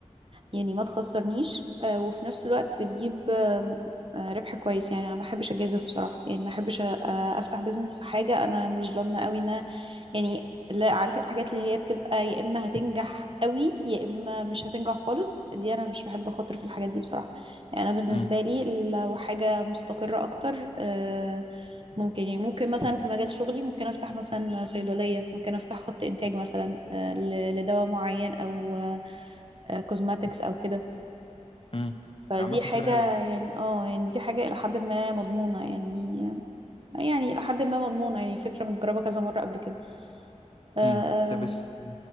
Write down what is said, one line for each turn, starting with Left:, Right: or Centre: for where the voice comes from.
Right: يعني ما تخسرنيش آه، وفي نفس الوقت بتجيب آم، آه، ربح كويس يعني انا ما احبش اجازف بصراحه يعني ما احبش آه، افتح بيزنس في حاجه انا مش ضامنه قوي انها يعني لا عارفه الحاجات اللي هي بتبقى يا اما هتنجح قوي يا اما مش هتنجح خالص دي انا مش بحب اخاطر في الحاجات دي بصراحه يعني انا بالنسبه
Left: امم
Right: لي لو حاجه مستقره اكتر آه، ممكن يعني ممكن مثلا في مجال شغلي ممكن افتح مثلا صيدليه ممكن افتح خط انتاج مثلا آه، ل- لدواء معين او آه، كوزماتكس او كده
Left: امم
Right: فدي
Left: عامة فكرة
Right: حاجة
Left: حلوة
Right: يعني اه يعني دي حاجة الى حد ما مضمونة يعني يعني الى حد ما مضمونة يعني فكرة متجربة كذا مرة قبل كده آه،
Left: امم ده
Right: آم،
Left: بس